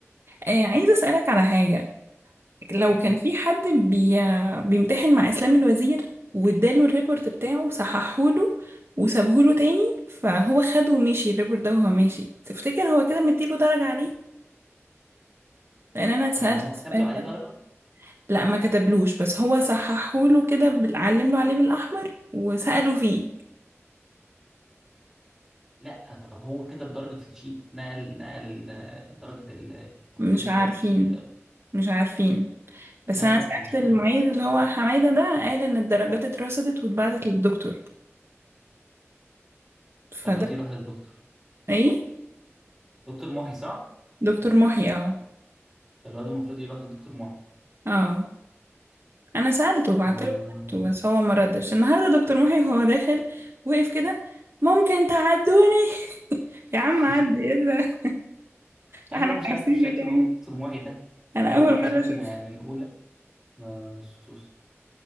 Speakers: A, on the right; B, in the centre.
A: آه، عايزة أسألك على حاجة لو
B: إيه.
A: كان في حد بي... بيمتحن مع إسلام الوزير واداله الريبورت بتاعه وصححهوله وسابهوله تاني فهو خده ومشي الريبورت ده وهو ماشي تفتكر هو كده مديله درجة عليه؟ لأن أنا اتسألت
B: يعني هو
A: السؤال
B: كتب له عليه
A: ده
B: درجه
A: لا ما كتبلوش بس هو صححهوله كده بال- علمله عليه بالأحمر وسأله فيه
B: لا طب هو كتب درجه في الشيت نقل نقل ال- درجه التقرير
A: مش
B: ده
A: عارفين
B: في الشيت
A: مش عارفين بس
B: لا
A: انا
B: لا
A: سألت
B: دي مشكلة
A: المعيد اللي هو حمادة ده قال ان الدرجات اترصدت واتبعتت للدكتور فده
B: فالواد يروح للدكتور
A: ايه
B: دكتور محي صح؟
A: دكتور محي اه
B: فالواد المفروض يروح للدكتور محي
A: اه انا سألته بعت
B: ما
A: له سألته بس هو ما ردش النهارده دكتور محي وهو داخل وقف كده ممكن تعدوني <laughs> يا
B: <laughs>
A: عم عدي ايه ده
B: تعرف
A: احنا
B: إن أنا مش
A: عارفينك
B: عارف شكل
A: يعني
B: موجود دكتور محي ده
A: انا
B: يعني هو
A: اول
B: بيخش
A: مرة
B: لنا
A: اشوف
B: من من أولى ما شفتوش